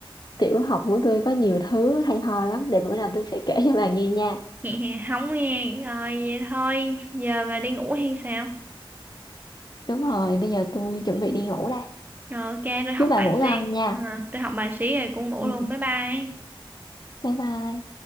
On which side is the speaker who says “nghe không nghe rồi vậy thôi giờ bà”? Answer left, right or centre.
Right